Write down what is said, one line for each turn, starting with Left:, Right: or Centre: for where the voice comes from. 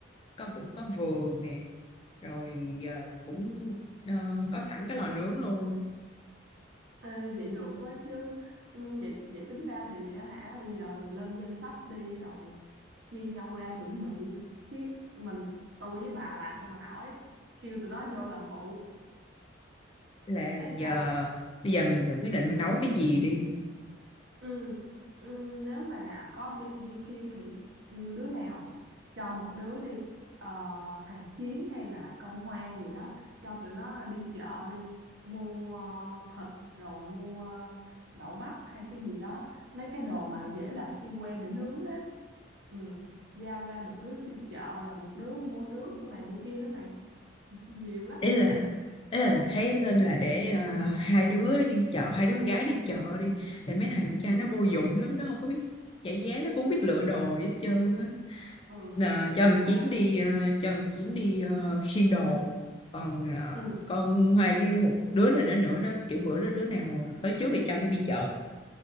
Left: con cũng có vườn nè rồi giờ cũng ờ, có sẵn cái lò nướng luôn
Right: Ê, vậy được quá chứ ừ, vậy vậy tính ra thì á hả bây giờ lên danh sách đi rồi chia nhau ra chuẩn bị chứ mình tôi với bà làm sao mà nổi kêu tụi nó vô làm phụ
Left: là
Right: thấy
Left: giờ
Right: sao
Left: bây giờ mình tự quyết định mình nấu cái gì đi
Right: Ừ, ừ, nếu mà có BBQ thì ừ, đứa nào cho một đứa đi ờ, thằng Chiến hay là con Hoa gì đó cho tụi nó đi chợ đi mua ờ, thịt rồi mua ờ, đậu bắp hay cái gì đó mấy cái đồ mà dễ làm xiên que để nướng á ừ, giao ra một đứa đi chợ rồi một đứa mua nước mua này mua kia nữa mày <laughs> nhiều lắm
Left: ý là ý là thấy nên là để ờ, hai đứa đi chợ hai đứa con gái đi chợ đi để mấy thằng con trai
Right: ừ,
Left: nó vô dụng lắm nó không có biết trả giá nó cũng không biết lựa đồ gì hết trơn á
Right: ừ
Left: Nà,
Right: vậy
Left: cho thằng Chiến
Right: à,
Left: đi ờ, cho thằng Chiến đi ờ, khiêng đồ còn ờ,
Right: ừ
Left: con Hoài với một đứa nào đó nữa đó kiểu bữa đó đứa nào tới trước thì cho nó đi chợ